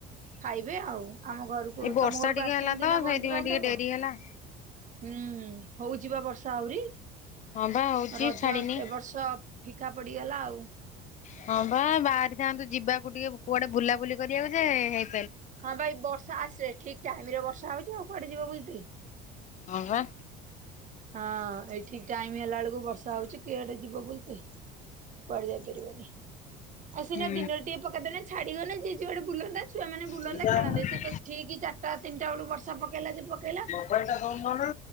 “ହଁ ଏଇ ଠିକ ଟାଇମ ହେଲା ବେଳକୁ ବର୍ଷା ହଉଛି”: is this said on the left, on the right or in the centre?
Right